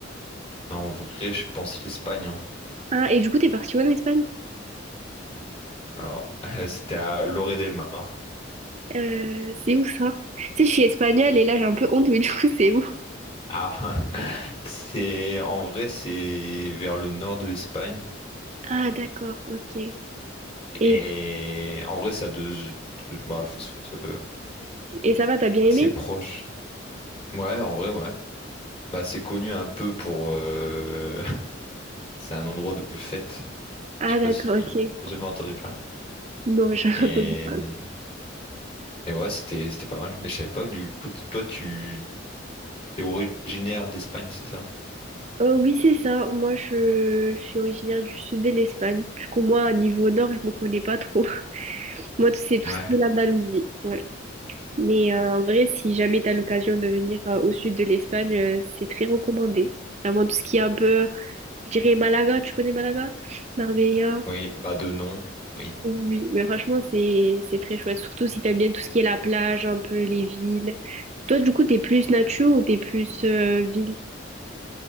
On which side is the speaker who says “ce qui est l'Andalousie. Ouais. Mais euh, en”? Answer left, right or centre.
Right